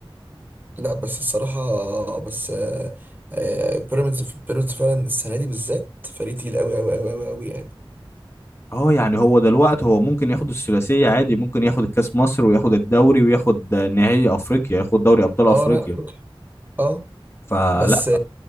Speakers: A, on the right (about 20°); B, on the left (about 25°).
A: لا بس الصراحة بس آه، آه، بيراميدز بيراميدز فعلا السنة دي بالذات فريق تقيل قوي قوي قوي قوي قوي يعني
B: اه يعني هو دلوقتي هو ممكن ياخد الثلاثية عادي ممكن ياخد الكاس مصر وياخد الدوري وياخد نهائي افريقيا ياخد دوري ابطال افريقيا
A: اه انا افريقيا اه
B: فلا
A: بس